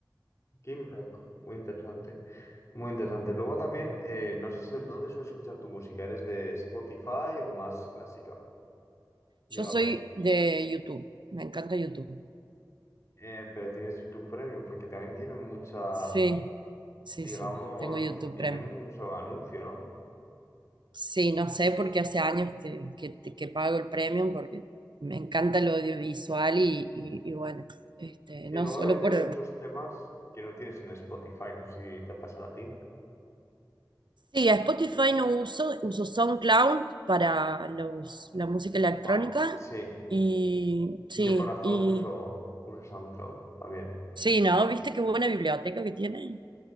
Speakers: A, on the left; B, on the right.
A: Kim Rock, muy interesante. Muy interesante. Luego también, eh, no sé si dónde sueles escuchar tu música. ¿Eres de Spotify o más clásica, digamos?
B: Yo soy de YouTube, me encanta YouTube.
A: Eh, pero tienes YouTube Premium porque también tienen mucha,
B: Sí, sí,
A: digamos,
B: sí, tengo YouTube
A: tiene
B: Premium.
A: mucho anuncio, ¿no?
B: Sí, no sé, porque hace años que, que, que pago el Premium, porque me encanta el audiovisual y, y- y bueno, este,
A: Sí,
B: no
A: luego
B: solo
A: también
B: por...
A: tienen muchos temas que no tienes en Spotify. No sé si te pasa a ti.
B: Sí, a Spotify no uso, uso SoundCloud para los, la música electrónica
A: Wow. Sí,
B: y sí,
A: yo para House
B: y
A: uso, uso SoundCloud también.
B: sí, ¿no? ¿Viste qué buena biblioteca que tiene?